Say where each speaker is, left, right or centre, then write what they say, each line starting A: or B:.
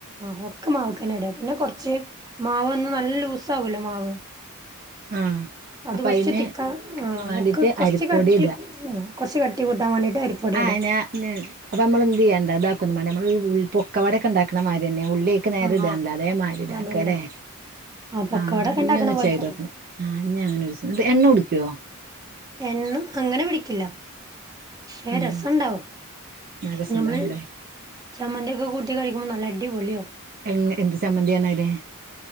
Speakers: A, on the right; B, on the right.
A: ആഹ് ഒക്കെ മാവ്ക്കെന്നെ ഇടാ പിന്നെ കൊർച്ച് മാവൊന്ന് നല്ല ലൂസാവല്ലോ മാവ്
B: ആ
A: അത്
B: അപ്പൊ
A: കൊർച്ച്
B: അയിന്
A: തിക്കാ ആഹ്
B: വേണ്ടിട്ട്
A: ഒക്കെ കൊർച്ച്
B: അരിപ്പൊടി
A: കട്ടി
B: ഇടാ
A: മ്മ് കൊർച്ച് കട്ടി കൂട്ടാം വേണ്ടീട്ട് അരിപ്പൊടി
B: ആ
A: ഇടാ
B: ഞാ ന് അപ്പ നമ്മള് എന്ത്യ്യണ്ട ഇതാക്കൊന്നും മാണ്ട നമ്മള് ഉൾ പൊക്കവടക്കെ ഇണ്ടാക്ണ മായ്രിന്നേ ഉള്ളി ക്ക്‌ നേരെ
A: ആഹ്
B: ഇട അതേ മായ്രി ഇതാക്കലെ
A: അതന്നെ പൊക്കവടൊക്കെ
B: ആഹ് ഇഞ്
A: ഇണ്ടാക്കണ
B: ഒന്ന്
A: പോലെ
B: ചെയ്തോക്കണം
A: തന്നെ
B: ആഹ് ഇഞ് അങ്ങനെ രൂസം ഇത് എണ്ണ കുടിക്കൊ?
A: എണ്ണ അങ്ങനെ പിടിക്കില്ല പക്ഷെ
B: ഉം
A: രസണ്ടാവും
B: നല്ല രസണ്ടാവുംല്ലേ
A: നമ്മള് ചമ്മന്തിക്കെ കൂട്ടി കഴിക്കുമ്പോ നല്ലടി പൊളിയാവും
B: എങ്ങ് എന്ത് ചമ്മന്തിയാണവിടെ?